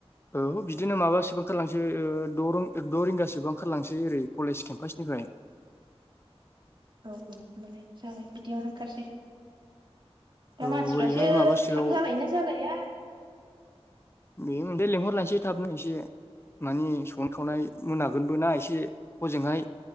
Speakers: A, on the left; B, on the right.
A: औ बिदिनो माबासोबा ओंखारलांसै द' रिंगा द' रिंगासो ओंखारलांसै ओरै कलेज केमपासनि फ्राय
B: औ औ होमबालाय जागोन बिदियावनो ओंखारसै दा
A: औ
B: मानसिफ्रासो
A: हरैहाय माबासोआव
B: थाब जालायोना जालाया
A: बे मोनदै लिंहरलायसै थाबनो एसे मानि संनाय खावनाय मोनागोनबो ना एसे हजोंहाय